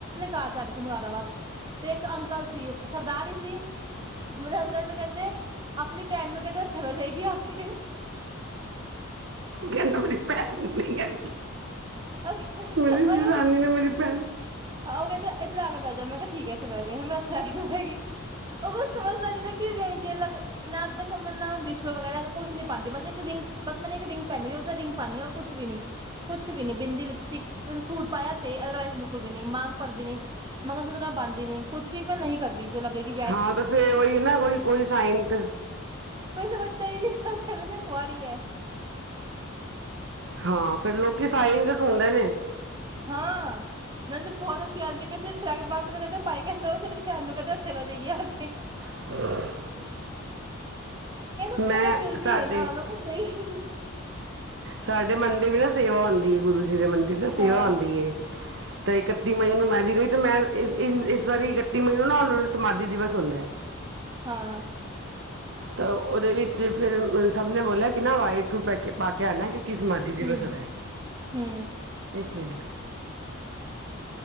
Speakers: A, on the right (about 20°); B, on the right (about 55°).
A: ਘਰ ਜਾ ਰਏ ਸੀ ਮੁਰਾਦਾਬਾਦ, ਤੇ ਇੱਕ ਅੰਕਲ ਸੀ ਸਰਦਾਰ ਈ ਸੀ, ਮੇਰੇ ਹਸਬੈਂਡ ਨੇ ਕੈਂਦੇ, ਆਪਨੀ ਭੈਣ ਨੂੰ ਕੈਂਦੇ, ਏੱਥੇ ਬੈਅ ਜਾਏਗੀ ਆ ਕੇ।
B: ਕੈੰਦਾ ਮੇਰੀ ਭੈਣ ਨਈ ਹੈ।
A: ਔਰ
B: ਬੜੀ ਹਿਰਾਨੀ ਨੇ, ਮੇਰੀ ਭੈਣ
A: ਆਉਗੇ ਤੇ ਐਧਰ ਆ ਕੇ ਬੈ ਜਾਓ, ਮੈਂ ਕਿਹਾ ਠੀਕ ਐ, ਐਥੇ ਬੈਠ ਰਹੀ ਹਾਂ, ਮੈਂ ਇਥੇ ਆ ਕੇ ਬੈਗੀ। ਅਗੋ ਸਮਝਦਾ ਨੀ ਨਾ ਕਿ ਜਾਈਦੀ ਐ ਲਗ ਨਾ ਤੇ ਦੇ <inaudible> ਹਮ ਨਾ ਬਿਛੂਏ ਵਗੈਰਾ ਕੋਛ ਨੀ ਪਾਉਂਦੀ ਬਸ ਇੱਕ ਰਿੰਗ ਬਸ ਮੈਂ ਨਾ ਇੱਕ ਰਿੰਗ ਪੈਂਣੀਦੀ ਏ ਉਸ ਮੈਂ ਰਿੰਗ ਪਾਣੀ ਆਂ ਔਰ ਕੁਛ ਵੀ ਨੀ। ਕੁਛ ਵੀ ਨੀ, ਬਿੰਦੀ ਲਿਪਸਟਿਕ ਸੂਟ ਪਾਇਆ ਤੇ ਅਦਰਵਾਈਜ਼ ਬਿਲਕੁਲ ਵੀ ਨੀ ਮਾਂਗ ਭਰਦੀ ਨੀ, ਮੰਗਲਸ਼ੁਤਰ ਮੈਂ ਪਾਂਦੀ ਨੀ ਕੁਛ ਵੀ ਮੈਂ ਨਈ ਕਰ ਵੀ ਜੋ ਲੱਗੇਗੀ
B: ਹਾਂ, ਤੇ ਫੇਰ ਓਈ ਐ ਨਾ ਕੋਈ -ਕੋਈ ਸਾਇੰਤ
A: ਕੋਈ ਸਮਝਦਾ ਈ ਨੀ, ਸਭ ਕੈਂਦੇ ਨੇ ਕੁਆਰੀ ਐ।
B: ਹਾਂ, ਫੇਰ ਲੋਕੀ ਸਾਈਜ ਤੇ ਟੁੰਡਦੇ ਨੇ।
A: ਹਾਂ। ਮੈਨੂੰ ਤੇ ਬਹੋਤ ਹਾਸੀ ਆਂਦੀ ਪਈ ਏ ਕੈਂਦੇ ਇੱਥੇ ਆ ਕੇ ਬਾਦ ਚ ਫੇਰ ਕੈਂਦੇ ਭਾਈ ਕੈਂਦੇ ਆਪਣੀ ਭੈਣ ਨੂੰ ਕੈਂਦੇ ਏਥੇ ਬੈ ਜੇ ਗੀ ਆਕੇ।
B: <inaudible>
A: ਕੈਂਦੇ ਸ਼ਕਲ
B: ਮੈਂ
A: ਮਿਲਦੀ
B: ਸਾਡੇ
A: ਏ ਨਾ, ਮੈਂ ਕਿਆ ਨਈ।
B: ਸਾਡੇ ਮੰਦਿਰ ਵੀ ਨਾ ਸੇਵਾ ਹੁੰਦੀ ਏ ਗੁਰੂ ਜੀ ਦੇ ਮੰਦਿਰ ਨਾ ਸੇਵਾ
A: ਹਾਂ
B: ਹੁੰਦੀ ਏ। ਤੇ ਇਕੱਤੀ ਮਈ ਨੂੰ ਮੈਂ ਵੀ ਗਈ ਤੇ ਮੈਂ ਇਨ ਇਸ ਵਾਰੀ ਇਕੱਤੀ ਮਈ ਨੂੰ ਨਾ ਓਨਾਂ ਦਾ ਸਮਾਧੀ ਦਿਵਸ ਹੁੰਦੈ।
A: ਹਾਂ।
B: ਤਾਂ ਓਦੇ ਵਿੱਚ ਫਿਰ ਸਭ ਨੇ ਬੋਲਿਆ ਕਿ ਨਾ ਵਾਈਟ ਸੂਟ ਪੈ ਕੇ, ਪਾ ਕੇ ਆਣੈ ਕਿਉ ਕਿ ਸਮਾਧੀ ਦਿਵਸ
A: ਹੂੰ
B: ਹੈਗੈ।
A: ਹੂੰ
B: ਇੱਕ ਮਿੰਟ